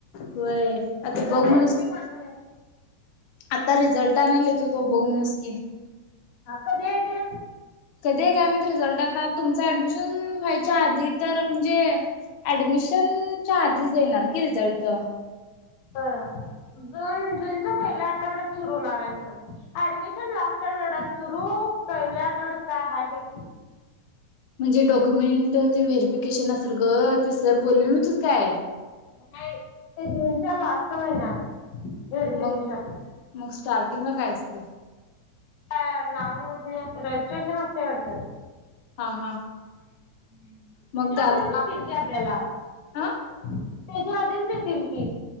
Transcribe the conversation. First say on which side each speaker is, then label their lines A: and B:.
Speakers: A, on the left; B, on the left.
A: व्हय
B: तुझा
A: आता बघ
B: सेल्फी
A: म्हणूस की
B: पाठव एक.
A: आता रिझल्ट आणाला येतोयं तो बोमनसकी.
B: कदी हाय ते.
A: कधी काय माहीत रिझल्ट आता तुमच ऍडमिशन व्हायच्या आधी तर म्हणजे ऍडमिशंनच्या आधीच देणार की रिझल्ट.
B: अ जून जूनच्या पहिल्या आठवड्यात सुरू होणार हाय म्हण ऍडमिशन लास्ट आठवड्यात सुरू पहिल्या आठवड्यात काय हाय बाई.
A: म्हणजे डॉक्युमेंट ते व्हेरिफिकेशन असेल गं ते सर बोलले नव्हतीतं काय.
B: <unintelligible> ते जूनच्या लास्ट महिन्यात. व्हेरिफिकेशन.
A: मग मग स्टार्ट म काय असतयं?
B: काय नाव नोंदनी रजिस्ट्रेशन असतय वाटत.
A: हा हा.
B: तेज्या
A: मग त्याला
B: आधीचं देतील की आपल्याला.
A: हा
B: तेज्या आधीच देतील की.